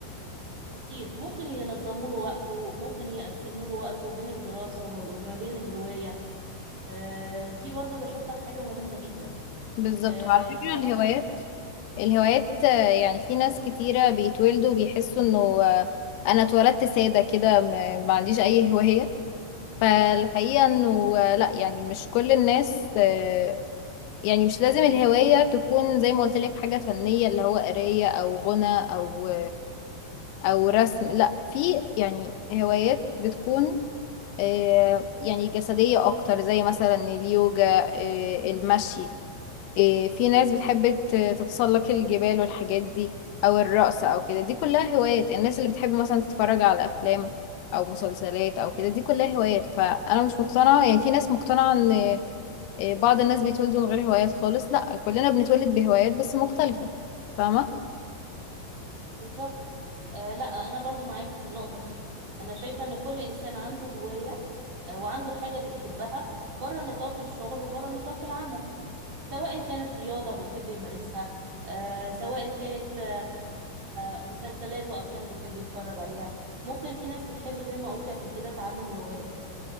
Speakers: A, on the right (about 40°); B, on the left (about 85°).
A: أكيد ممكن ينظموا له وقته ممكن يقسموا له وقته بين الدراسة وما وما بين الهواية آه دي برضو بشوفها حاجة مهمة جدا
B: بالظبط
A: آه
B: وعلى فكرة
A: تمام
B: الهوايات الهوايات آه، يعني في ناس كتيرة بيتولدوا بيحسوا انه آه، انا اتولدت سادة كده ما ما عنديش اي هواية فالحقيقة انه آه، لا يعني مش كل الناس آه، يعني مش لازم الهواية تكون زي ما قلت لك حاجة فنية اللي هو قراية او غنى او او رسم لا في يعني هوايات بتكون آه، يعني جسدية أكتر زي مثلا اليوجا آه، المشي آه، في ناس بتحب ت- تتسلق الجبال والحاجات دي أو الرقص أو كده دي كلها هوايات الناس اللي بتحب مثلا تتفرج على أفلام أو مسلسلات أو كده دي كلها هوايات فأنا مش مقتنعة يعني في ناس مقتنعة إن آه، بعض الناس بيتولدوا من غير هوايات خالص لأ كلنا بنتولد بهوايات بس مختلفة فاهمة؟
A: بالظبط آه لا أنا برضو معاكي في النقطة دي أنا شايفة إن كل إنسان عنده هواية آه وعنده حاجة بيحبها بره نطاق الشغل وبره نطاق العمل سواء كانت رياضة بيحب يمارسها آه سواء كانت آه آه مسلسلات وأفلام بيحب يتفرج عليها ممكن في ناس بتحب زي ما قلت قبل كده تعلم اللغات